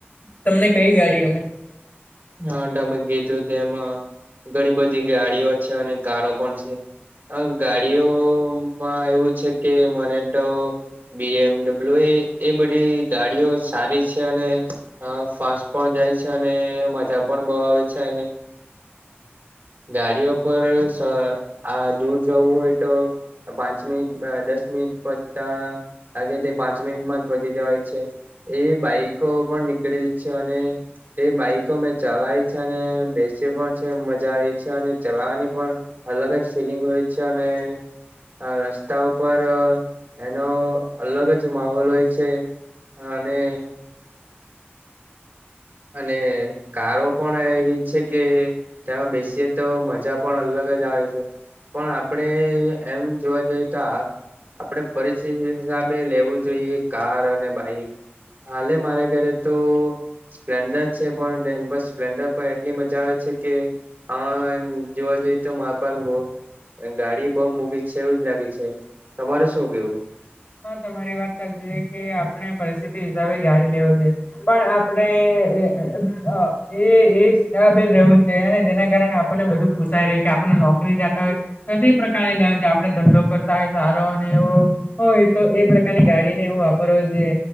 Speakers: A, on the left; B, on the right.
A: તમને કઈ ગાડી ગમે?
B: હા તમે કીધું તે એમાં ઘણી બધી ગાડીઓ છે અને કારો પણ છે. હ ગાડીઓમાં એવું છે કે મને તો બી એમડબલ્યુ એ એ બધી ગાડીઓ સારી છે અને હ ફાસ્ટ પણ જાય છે અને મજા પણ બહુ આવે છે ગાડીઓ પર આ દૂર જવું હોય તો? પાંચ મિનિટ દસ મિનિટ પતા લાગે તે પાંચ મિનિટમાં જ પચી જવાય છે. એ બાઈકો પણ નીકળે છે અને એ બાઈક મેં ચલાવી છે અને બેસયો પણ છે મજા આવી છે અને ચલાવાની પણ અલગ જ ફિલિંગ હોય છે અને હ રસ્તા ઉપર એનો અલગ જ માહોલ હોય છે. હા અને અને કારો પણ એવી છે કે તેમાં બેસીએ તો મજા પણ અલગ જ આવે છે. પણ આપડે એમ જોવા જઈ તો આપડે પરિસ્થિતિ હિસાબે લેવું જોઈએ કાર અને બાઈક. હાલે મારે ઘરે તો. સ્પ્લેન્ડર છે પણ બસ સ્પ્લેન્ડર પણ એટલી મજા આવે છે કે હા એમ જોવા જઈ તો માર પાર મો ગાડી બઉ મૂંઘી છે એવું જ લાગે છે. તમારે શું કેવું?
A: હા તમારી વાત સાચી છે કે આપણે પરિસ્થિતિ હિસાબે ગાડી લેવી જોઈએ. પણ આપણે એ એ જ હિસાબે રેવુ જોઈએ અને જેના કારણે આપણને બધું પૂછાય રે કે આપણે નોકરી જતા હોય. તો કઈ પ્રકારે લેવાની જો આપણે ધંધો કરતા હોય સારો અને એવો. હોય તો એ પ્રકારની ગાડીને એવું વાપરવા જોઈએ